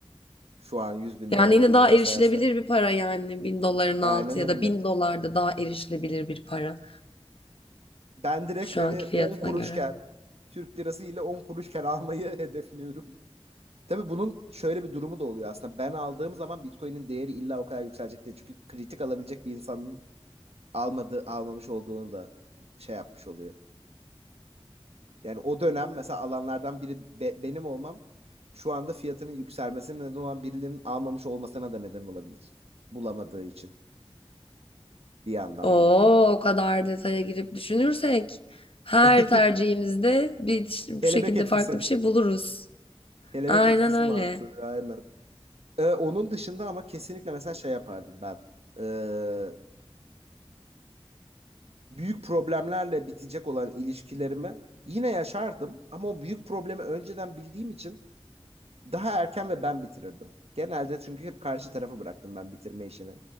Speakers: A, on the right; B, on the left.
A: Şu an 100 bin
B: Yani
A: dolar
B: yine
A: olduğunu
B: daha
A: varsayarsak.
B: erişilebilir bir para yani bin doların
A: Aynen
B: altı ya
A: öyle.
B: da bin dolar da daha erişilebilir bir para.
A: Ben direkt
B: Şu
A: hani
B: anki
A: 10
B: fiyatına
A: kuruşken
B: göre.
A: Türk lirası ile 10 kuruşken almayı <laughs> hedefliyorum. Tabii bunun şöyle bir durumu da oluyor aslında. Ben aldığım zaman Bitcoin'in değeri illa o kadar yükselecek değil. Çünkü kritik alabilecek bir insanın almadığı, almamış olduğunu da şey yapmış oluyor. Yani o dönem mesela alanlardan biri be- benim olmam şu anda fiyatının yükselmesine neden olan birilerinin almamış olmasına da neden olabilir. Bulamadığı için bir yandan
B: Oo,
A: da.
B: o kadar detaya girip düşünürsek her
A: <laughs>
B: tercihimizde bir işte
A: Kelebek
B: bu şekilde
A: etkisi.
B: farklı bir şey buluruz.
A: Kelebek
B: Aynen
A: etkisi
B: öyle.
A: mantığı aynen. Ee, onun dışında ama kesinlikle mesela şey yapardım ben. Ee, büyük problemlerle bitecek olan ilişkilerimi yine yaşardım ama o büyük problemi önceden bildiğim için daha erken ve ben bitirirdim. Genelde çünkü hep karşı tarafı bıraktım ben bitirme işini.